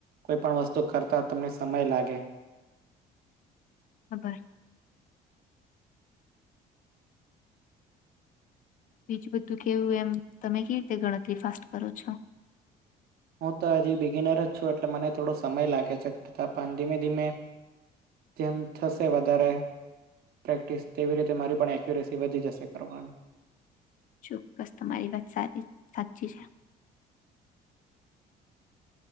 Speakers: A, on the right; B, on the left.
A: કોઈ પણ વસ્તુ કરતા તમને સમય લાગે
B: ખબર બીજું બધું કેવું એમ તમે કે રીતે ગણતરી ફાસ્ટ કરો છો
A: હું તો હજી બિગિનર જ છું એટલે મને થોડો સમય લાગે છે કરતા પણ ધીમે ધીમે તેમ થશે વધારે પ્રેક્ટિસ તેવી રીતે મારી પણ એક્યુરેસી વધી જશે કરવાનું
B: ચોક્કસ તમારી વાત સાચી છે